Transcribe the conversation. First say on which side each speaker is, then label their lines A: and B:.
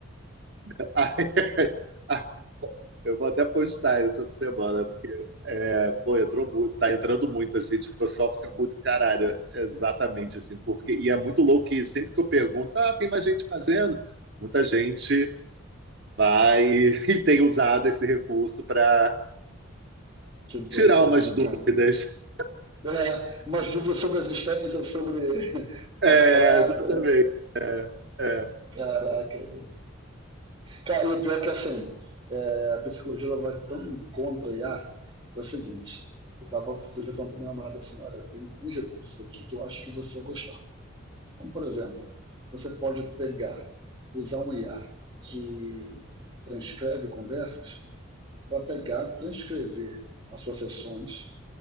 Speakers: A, on the right (about 50°); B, on the right (about 25°).
A: <laughs> Aí, ah, eu vou até postar essa semana, porque, é, pô, entrou muito, tá entrando muito, assim, tipo, o pessoal fica muito caralho, exatamente, assim, porque, e é muito louco que sempre que eu pergunto, ah, tem mais gente fazendo? Muita gente vai <laughs> e tem usado esse recurso para
B: Que doideira,
A: tirar umas
B: né,
A: dúvidas.
B: cara? É, umas dúvidas sobre a existência, sobre <laughs> o próprio
A: É,
B: caráter.
A: exatamente. É.
B: Caraca, Cara, e o pior é que assim, é, a psicologia ela vai tão contra a IA, que é o seguinte, eu tava outro dia falando pra minha namorada assim, olha, tem uns recursos aqui que eu acho que você vai gostar. Como por exemplo, você pode pegar, usar um IA que transcreve conversas para pegar, transcrever as suas sessões